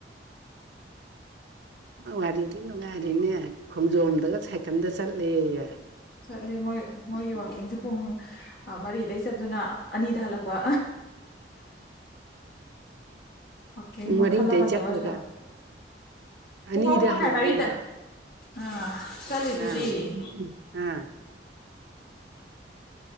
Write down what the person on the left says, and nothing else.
ꯆꯠꯂꯤ ꯃꯣꯏ ꯃꯣꯏꯒꯤ ꯋꯥꯛꯀꯤꯡꯁꯦ ꯄꯨꯡ ꯃꯔꯤꯗꯩ ꯆꯞꯗꯨꯅ ꯑꯅꯤꯗ ꯍꯜꯂꯛꯄ ꯋꯥꯛꯀꯤꯡ
ꯃꯈꯜ
ꯑꯃꯅꯦ ꯑꯃꯁꯨ
ꯄꯨꯡ ꯑꯍꯨꯝ ꯃꯈꯥꯏ
ꯃꯔꯤꯗ ꯑꯥ ꯆꯠꯂꯤꯗꯨꯗꯤ